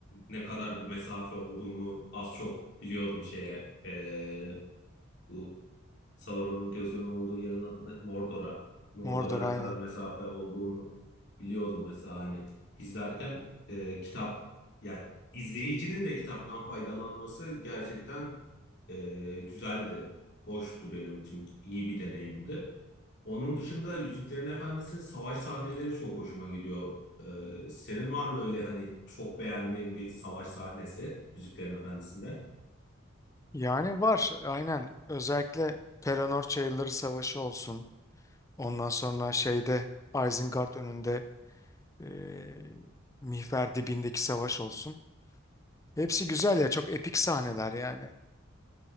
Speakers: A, on the left (about 55°); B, on the left (about 15°).
A: ne kadar bir mesafe olduğunu az çok biliyordum şeye. Ee, bu Sauron'un gözünün olduğu yerin adı ne? Mordor'a. Mordor'a
B: Mordor aynen.
A: ne kadar mesafe olduğunu biliyordum mesela hani izlerken e, kitap yani izleyicinin de kitaptan faydalanması gerçekten e, güzeldi. Hoştu benim için. iyi bir deneyimdi. Onun dışında Yüzüklerin Efendisi'nin savaş sahneleri çok hoşuma gidiyor. Ee, senin var mı öyle hani çok beğendiğin bir savaş sahnesi Yüzüklerin Efendisi'nde?
B: Yani var aynen. Özellikle Pelennor Çayırları Savaşı olsun. Ondan sonra şeyde Isengard önünde eee Mihver dibindeki savaş olsun. Hepsi güzel ya çok epik sahneler yani.